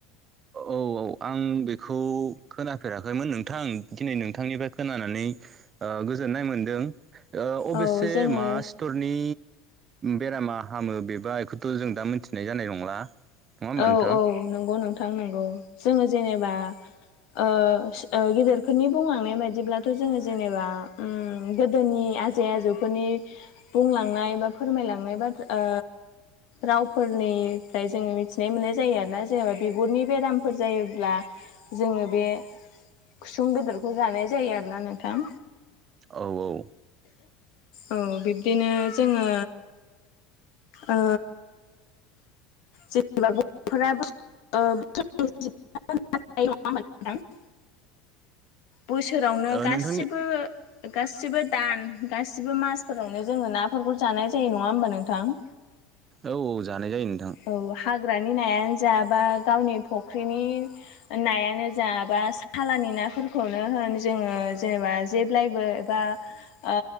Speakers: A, on the right; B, on the left.
A: औ औ आं बेखौ खोनाफेराखैमोन नोंथां दिनै नोंथांनिफ्राय खोनानानै नै ओह गोजोननाय मोनदों ओ अबेसे
B: औ जोङो
A: मा सितरनि बेरामा हामो बेबा एखोथ' जों दा मोनथिनाय जानाय नंला नङा होमबा
B: औ
A: नोंथां
B: औ नंगौ नोंथां नोंगौ जोङो जेनेबा ओ फिस ओ गेदेरफोरनि बुंलांनाय बायदिब्लाथ' जोङो जेनेबा उम उम गोदोनि आजै आजौफोरनि बुंलांनाय बा फोरमायलांनाय बाथ ओ रावफोरनि फ्राय जोङो मि थिनाय मोननाय जायो आरोना जेनेबा बिगुरनि बेरामफोर जायोब्ला जोङो बे खुसुं बेदरखौ जानाय जायो आरोना नोंथां
A: औ औ
B: औ बिब्दिनो जोङो ओ जे <unintelligible> <unintelligible> बोसोरावनो
A: ओ
B: गासिबो
A: नोंथांनि
B: गासिबो दान गासिबो मासफोरावनो जोङो नाफोरखौ जानाय जायो नङा होमबा नोंथां?
A: औ औ जानाय जायो नोंथां ‌।
B: औ हाग्रानि नायानो जा बा गावनि फुख्रिनि नायानो जा बा सालानि नाफोरखौनो होन जोङो जेनेबा जेब्लायबो एबा ओ